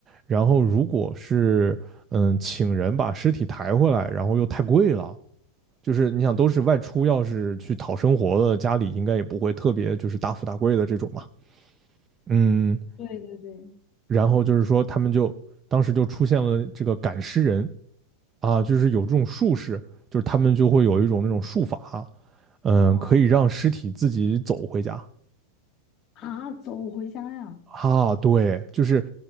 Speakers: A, on the right (about 15°); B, on the left (about 20°).
A: 然后如果是嗯请人把尸体抬回来，然后又太贵了。就是你想都是外出，要是去讨生活的，家里应该也不会特别就是大富大贵的这种嘛。嗯，
B: 对对对，
A: 然后就是说他们就当时就出现了这个赶尸人啊，就是有这种术士，就是他们就会有一种那种术法，嗯，
B: 哦
A: 可以让尸体自己走回家
B: 啊，走回家呀。
A: 啊。对，就是